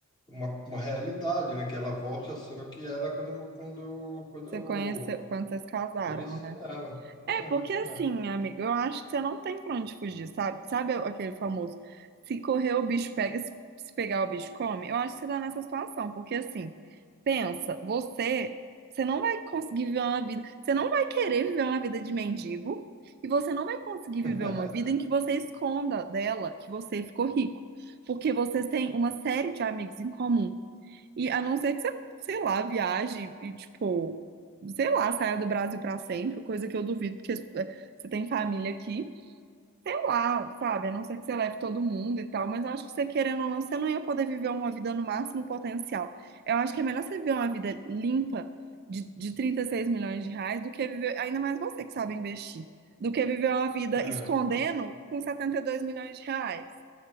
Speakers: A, on the left; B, on the right.
A: uma, uma realidade, né? Que ela volte a ser o que era quando eu, quando eu, quando
B: Você
A: eu
B: conheceu quando vocês casaram,
A: conheci
B: né?
A: ela.
B: É, porque assim,
A: É,
B: amigo, eu acho que você não tem pra onde fugir, sabe? Sabe aquele famoso, se correr o bicho pega, se se pegar o bicho come? Eu acho que você tá nessa situação, porque assim, pensa, você, você não vai conseguir viver uma vida, você não vai querer viver uma vida de mendigo, e você não vai conseguir viver
A: é,
B: uma vida em que você esconda dela que você ficou rico, porque vocês têm uma série de amigos em comum. E a não ser que você, sei lá, viaje e, tipo, sei lá, saia do Brasil pra sempre, coisa que eu duvido, porque eh, você tem família aqui, sei lá, sabe? A não ser que você leve todo mundo e tal, mas eu acho que você querendo ou não, você não ia poder viver uma vida no máximo potencial. Eu acho que é melhor você viver uma vida limpa de, de 36 milhões de reais do que viver, ainda mais você que sabe investir, do que viver uma vida
A: é.
B: escondendo
A: <laughs>
B: com 72 milhões de reais,